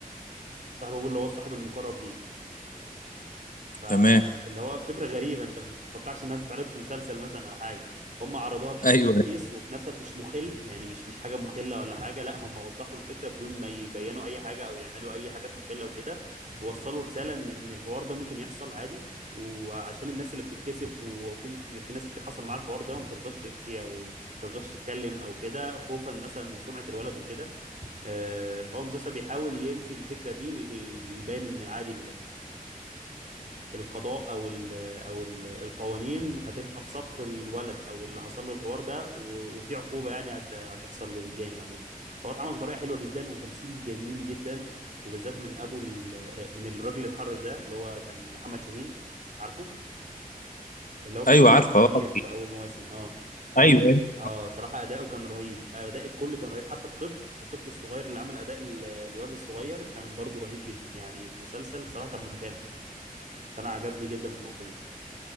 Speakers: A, on the right; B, on the left.
A: صاحب ابوه اللي هو الصاحب المقرب ليه فاللي
B: تمام
A: هو فكرة غريبة انت ما تتوقعش انها تتعرض في مسلسل مثلا او حاجة هم عرضوها بشكل
B: ايوه
A: كويس وفي نفس الوقت مش مخل يعني مش مش حاجة مخلة ولا حاجة لا هم وضحوا الفكرة بدون ما يبينوا اي حاجة او يعملوا اي حاجات مخلة وكده ووصلوا رسالة ان ان الحوار ده ممكن يحصل عادي وعشان الناس اللي بتتكسف وفي في ناس كتير حصل معاها الحوار ده وما بترضاش تحكي او ما بترضاش تتكلم او كده خوفا مثلا من سمعة الولد وكده آه، فهو المسلسل بيحاول ينفي الفكرة دي وي- ويبين ان عادي القضاء او ال او ال القوانين هتبقى في صف الولد او اللي حصل له الحوار ده و- وفي عقوبه يعني هت- هتحصل للجاني عموما فهو اتعمل بطريقه حلوه جدا وتمثيل جميل جدا وبالذات من ابو ال- من الراجل اللي اتحرش ده اللي هو كان محمد شاهين عارفه اللي هو كان
B: ايوه
A: موجود
B: عارفه
A: في الكبير
B: اه
A: في اول مواسم اه اه
B: ايوه أيوة.
A: آه، صراحه اداؤه كان رهيب اداء الكل كان رهيب حتى الطفل الطفل الصغير اللي عمل اداء ال- الواد الصغير كان برضو رهيب جدا يعني المسلسل صراحه كان متكامل فانا عجبني جدا في النقطه دي